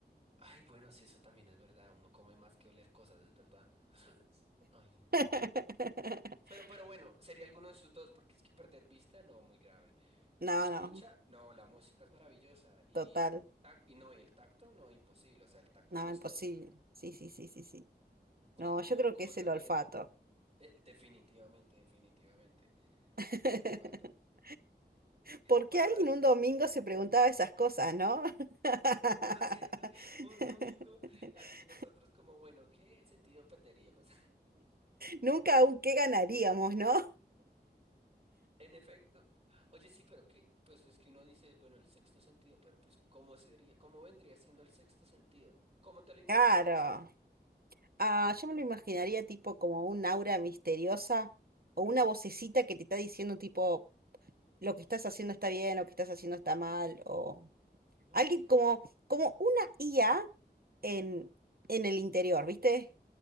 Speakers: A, on the right; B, on the right.
A: Ay, bueno, sí, eso también es verdad. Uno come más que oler cosas, es verdad. Ay, no.
B: <laughs>
A: Pero, pero bueno, sería alguno de esos dos, porque es que perder vista, no, muy grave.
B: No,
A: Escucha,
B: no,
A: no, la música es maravillosa. Y,
B: total.
A: y, tac- y no, y el tacto, no, imposible. O sea, el tacto
B: No,
A: lo es
B: imposible.
A: todo.
B: Sí, sí, sí, sí, sí.
A: Ahí
B: No,
A: como,
B: yo creo
A: como
B: que es
A: también,
B: el olfato.
A: eh, definitivamente, definitivamente,
B: <laughs>
A: el olfato.
B: ¿Por
A: Bueno,
B: qué alguien
A: ahora,
B: un domingo se preguntaba esas cosas, no? <laughs>
A: ¿no es cierto? Un domingo, aquí nosotros como, bueno, ¿qué sentido perderíamos? <laughs>
B: Nunca aún qué ganaríamos, ¿no?
A: En efecto. Oye, sí, pero que, pues es que uno dice, bueno, el sexto sentido, pero pues, ¿cómo sería, cómo vendría siendo el sexto sentido? ¿Cómo te lo imaginarías
B: Claro.
A: tú?
B: Ah, yo me lo imaginaría tipo como un aura misteriosa o una vocecita que te está diciendo tipo lo que estás haciendo está bien, lo que estás haciendo está mal o...
A: Ok,
B: Alguien como, como una IA en, en el interior, ¿viste?